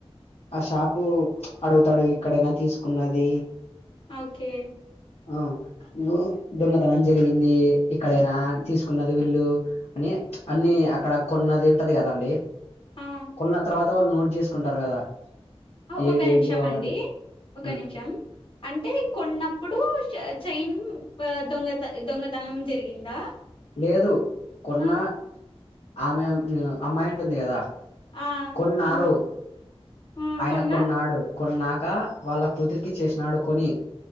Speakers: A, on the left; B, on the left.
A: ఆ షాపు అడుగుతాడు ఇక్కడేనా తీసుకున్నది.
B: ఓకే.
A: ఆ ఇగో దొంగతనం జరిగింది ఇక్కడేనా తీసుకున్నది వీళ్ళు. అని అన్ని అక్కడ కొన్నది ఉంటది కదండి
B: ఆ!
A: కొన్న తర్వాత వాళ్ళు నోట్ చేస్. కుంటారు కదా. ఏ
B: ఒక్క
A: డేటు
B: నిమిషం
A: అవన్నీ
B: అండి. ఒక
A: ఉమ్
B: నిమిషం. అంటే కొన్నప్పుడు చైన్ దొంగతన దొంగతనం జరిగిందా.
A: లేదు కొన్న
B: ఆ!
A: ఆమె అమ్మాయి ఉంటుంది కదా.
B: ఆ!
A: కొన్నారు.
B: అమ్ ఆ!
A: ఆయన
B: కొన్నా
A: కొన్నాడు. కొన్నాక వాళ్ళ కుతురికి ఇచ్చేసినాడు కొని.